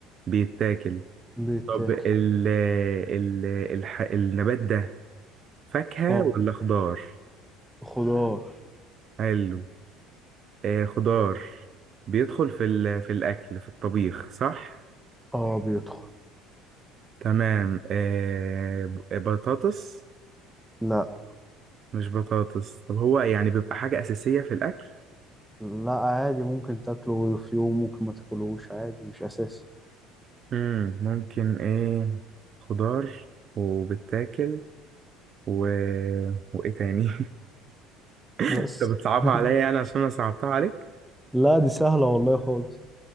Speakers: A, on the right; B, in the centre.
A: بيتاكل
B: بيتاكل
A: طب ال ال الح النبات ده فاكهة
B: اه
A: ولا خضار
B: خضار
A: حلو آه خضار بيدخل في ال في الاكل في الطبيخ صح
B: اه بيدخل
A: تمام آه ب- بطاطس
B: لا
A: مش بطاطس طب هو يعني بيبقى حاجة أساسية في الأكل
B: لا عادي ممكن تاكله في يوم ممكن ما تاكلوش عادي مش اساسي
A: مم ممكن إيه خضار وبتاكل و... وايه تاني <laughs>
B: بس
A: طب بتصعبها
B: <laughs>
A: عليا يعني عشان انا صعبتها عليك
B: لا دي سهلة والله خالص